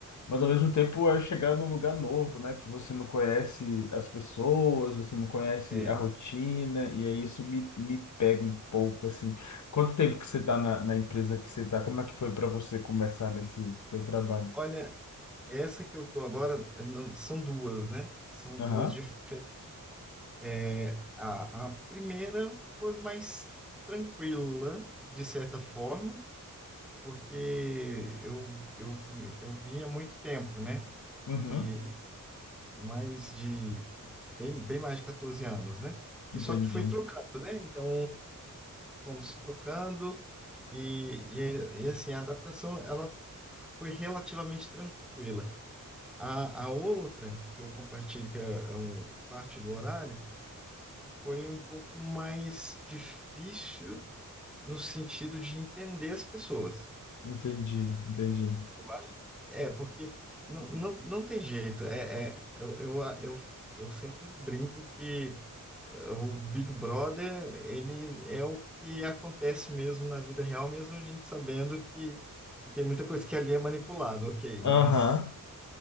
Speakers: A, on the left (about 60°); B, in the centre.
A: mas ao mesmo tempo é chegar num lugar novo, né? Que você não conhece as pessoas, você não conhece
B: É,
A: a rotina, e aí isso me, me pega um pouco, assim. Quanto tempo que você está na, na empresa que você está? Como é que foi para você começar nesse seu trabalho?
B: olha, essa que eu tô agora, eu não- são duas, né? São
A: Aham,
B: duas diferentes. É, a, a primeira foi mais tranquila, de certa forma, porque eu, eu, vi- eu vinha há muito tempo, né?
A: uhum,
B: E mais de bem, bem mais de 14 anos, né? E
A: entendi,
B: só que foi trocando, né? Então, fomos trocando e, e, e assim, a adaptação ela foi relativamente tranquila. A, a outra, que eu compartilho, que é, é o- parte do horário, foi um pouco mais difícil no sentido de entender as pessoas.
A: entendi, entendi.
B: Eu acho- É, porque não, não, não tem jeito. É, é, eu, eu, eu, eu sempre brinco que o Big Brother, ele é o que acontece mesmo na vida real, mesmo a gente sabendo que, que tem muita coisa que ali é manipulada, ok,
A: Aham.
B: mas